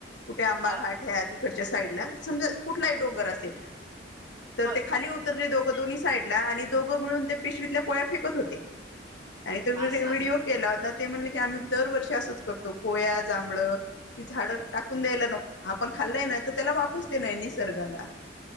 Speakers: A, on the left; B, on the right.
A: कुठे आंबा
B: हा
A: घाट हे आहे तिकडच्या साईडला. समजा कुठलाही - डोंगर असेल तर
B: बर
A: ते खाली उत - -रले दोघं दोन साईडला. आणि दोघं मिळून ते पिशवीतल्या कोया फेकत होते. आणि तो व्हडिओ
B: असं असं असं
A: केला होता. ते म्हणले की आम्ही दरवर्षी असंच करतो कोया, जांभळ- झाड टाकून द्यायला नको. आपण खाल्लंय ना? तर त्याला वापस देणए. नि- -सर्गाला.